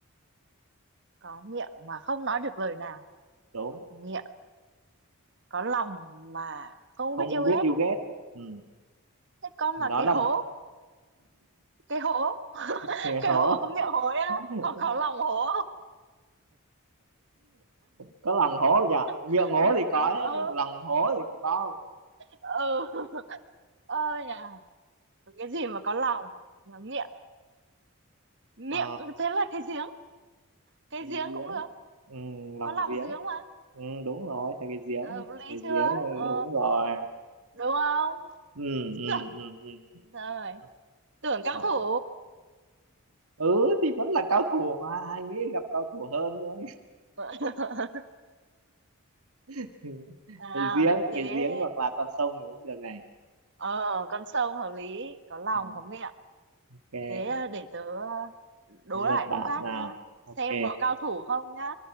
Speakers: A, on the right; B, on the right.
A: có miệng mà không nói được lời nào,
B: đúng
A: miệng có lòng mà không
B: không
A: biết yêu ghét.
B: biết yêu ghét ừ.
A: Thế con
B: đó
A: là cái
B: là
A: hố, cái hố,
B: nghe
A: cái
B: hố
A: hố có miệng hối á,
B: <laughs>
A: còn có lòng hố.
B: có lòng hố nhở miệng
A: <laughs>
B: hố thì có hết
A: ừ
B: nhưng lòng hố thì có không
A: ừ ơi nhà cái gì mà có lòng mà miệng miệng
B: Ờ,
A: thế là cái giếng cái
B: cái
A: giếng
B: giếng
A: cũng được
B: ừ, lòng
A: có lòng
B: giếng
A: giếng mà
B: ừ, đúng rồi thấy cái giếng
A: Ờ, hợp lý
B: cái
A: chưa
B: giếng ừ,
A: ờ,
B: đúng rồi
A: đúng không
B: ừ, ừ,
A: <laughs>
B: ừ, ừ, ừ,
A: Rồi,
B: ừ. ừ.
A: tưởng cao
B: Hỏi.
A: thủ.
B: ừ thì vẫn là cao thủ mà anh ấy gặp cao thủ hơn nữa
A: <laughs>
B: <laughs>
A: À,
B: cái giếng
A: thế
B: cái giếng hoặc là con sông thì cũng được này
A: ờ con sông hợp lý, có lòng
B: ừ,
A: có miệng.
B: ok
A: Thế à, để tớ đố
B: Đến lượt
A: lại
B: bạn
A: câu khác
B: nào
A: nhá.
B: ok
A: Xem có cao thủ không nhá.